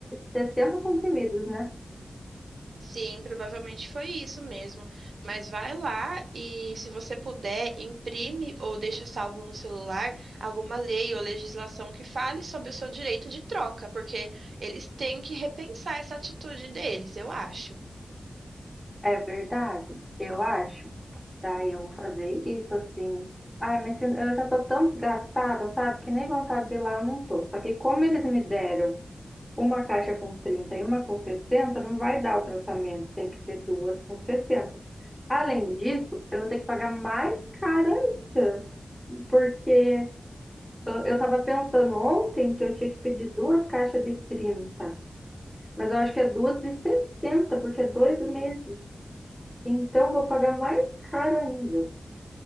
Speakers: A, in the centre; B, on the right (about 85°).
A: 60 comprimidos, né?
B: Sim, provavelmente foi isso mesmo. Mas vai lá e, se você puder, imprime ou deixa salvo no celular alguma lei ou legislação que fale sobre o seu direito de troca, porque eles têm que repensar essa atitude deles, eu acho.
A: É verdade, eu acho. Daí eu vou fazer isso assim. Ai, mas se- eu já tô tão desgastada, sabe? Que nem vontade de ir lá eu não tô. Só que como eles me deram uma caixa com 30 e uma com 60 não vai dar o tratamento. Tem que ser duas com sessenta Além disso, eu vou ter que pagar mais caro ainda. Porque Eu eu tava pensando ontem que eu tinha que pedir duas caixas de 30, mas eu acho que é duas de 60 porque é dois meses. Então eu vou pagar mais caro ainda.